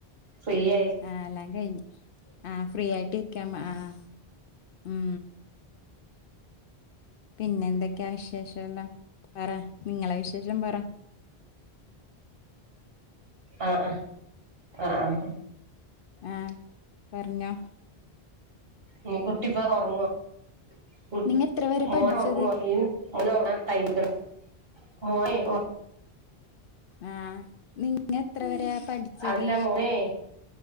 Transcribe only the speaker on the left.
ആഹ് എല്ലാം കയ്ഞ് ആഹ് ഫ്രീ ആയ്ട്ടിരിക്കാം ആഹ് ഉം പിന്നെ എന്തൊക്കെയാ വിശേഷഉള്ളെ പറ നിങ്ങളെ വിശേഷം പറ
ആഹ് പർഞ്ഞോ
നിങ്ങ എത്ര വരെ
പഠിച്ചത്
ആഹ് നിങ്ങത്ര വരെ പഠിച്ചത്